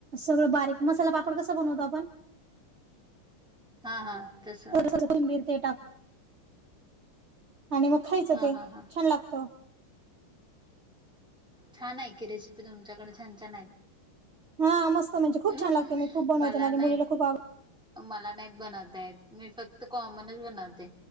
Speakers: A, on the right; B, in the centre.
A: सगळं बारीक मसाला पापड कसा बनवतो आपण,
B: हा हा तसं.
A: <unintelligible> टाक आणि मग खायचं
B: हा
A: ते
B: हा हा
A: छान लागत.
B: छान आहे की रेसिपी तुमच्याकडे छान छान
A: हा मस्त म्हणजे खूप
B: हम्म.
A: छान लागते. खूप बनवते
B: मला
A: माझ्या
B: नाही.
A: मुलीला खूप आवड
B: मला नाहीत बनवता येत. मी फक्त कॉमनच बनवते